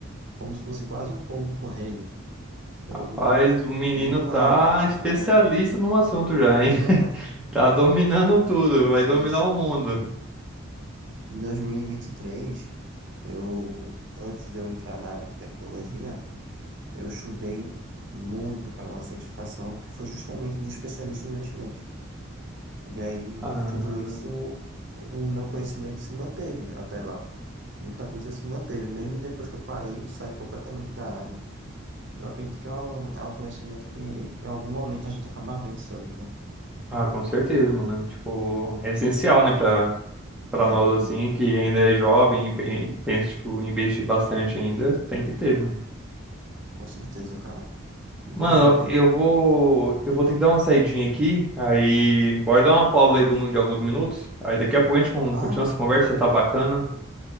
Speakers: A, on the right; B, in the centre.
A: como se fosse quase um pombo-correio. E aí
B: Rapaz,
A: uma
B: o menino
A: em uma
B: tá
A: eu passo
B: especialista
A: para um.
B: no assunto já, hein?
A: <laughs>
B: <laughs> Tá dominando tudo,
A: Faço
B: vai dominar
A: isso.
B: o mundo.
A: Em 2023, eu, antes de eu entrar na área de tecnologia, Eu estudei muito para uma certificação que foi justamente de especialista em investimentos. E aí,
B: Ah.
A: de tudo isso, o meu conhecimento se manteve até lá. Muita coisa se manteve, mesmo depois que eu parei e saí completamente da área. Eu acredito que é um, é um conhecimento que em algum momento a gente acaba vendo sobre, né?
B: Ah, com certeza, mano. Tipo, é essencial, né, pra, pra
A: Exatamente,
B: nós, assim, que ainda é jovem e pen- e pensa, tipo, em investir bastante ainda, tem que ter, mano.
A: com certeza, cara. Inclusive,
B: Mano, eu vou, eu vou ter que dar uma saidinha aqui, aí bora dar uma pausa aí de, um- de alguns minutos, aí daqui a pouco a gente con-
A: claro,
B: continua essa conversa, tá bacana, o